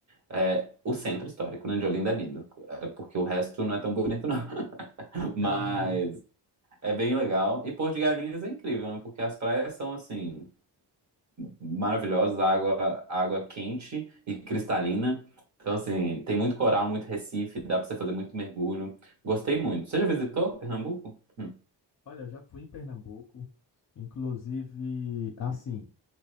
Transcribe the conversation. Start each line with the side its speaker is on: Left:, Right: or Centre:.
Right: É, o centro histórico, né, de Olinda é lindo, é, porque o resto não é tão bonito, não. <laughs> Mas
Left: <laughs>
Right: é bem legal. E Porto de Galinhas é incrível, né? Porque as praias são assim maravilhosas, água, água quente e cristalina. Então assim, tem muito coral, muito recife, dá pra você fazer muito mergulho. Gostei muito. Você já visitou Pernambuco? Hum.
Left: Olha, eu já fui em Pernambuco, inclusive, assim,